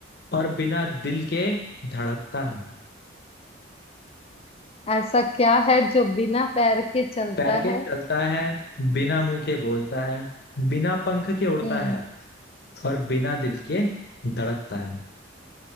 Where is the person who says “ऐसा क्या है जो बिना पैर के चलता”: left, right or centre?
Left